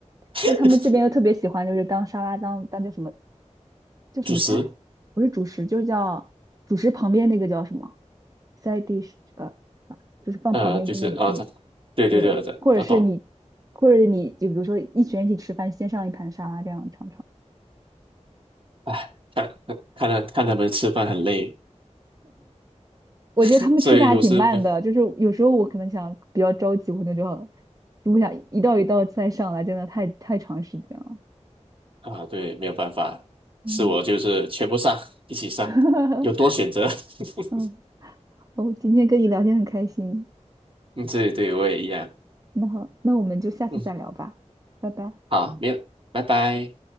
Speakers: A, on the right (about 45°); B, on the right (about 30°).
A: <laughs>
B: 但他们这边又特别喜欢，就是当沙拉当当叫什么叫什么菜，
A: 主食
B: 不是主食，就叫主食旁边那个叫什么 side dish，呃，就是放旁边，
A: 呃就是啊，
B: 就是你你
A: 这对对对对，
B: 对，或者是你或者你就比如说一群人一起吃饭，
A: 我懂。
B: 先上一盘沙拉这样尝尝。
A: 哎，看看看他看他们吃饭很累，
B: 我觉得他们吃饭还挺慢的，
A: <laughs> 所以有时没。
B: 就是有时候我可能想比较着急，我那就要如果想一道一道再上来，真的太太长时间了。
A: 啊，对，没有办法，
B: 嗯，
A: 是我就是全部上，一起上，
B: <laughs>
A: 有多选择。<laughs>
B: 嗯，哦，今天跟你聊天很开心。
A: 嗯，对对，我也一样。
B: 那好，那我们就下次再聊吧，
A: 嗯，
B: 拜拜。
A: 好，没有，拜拜。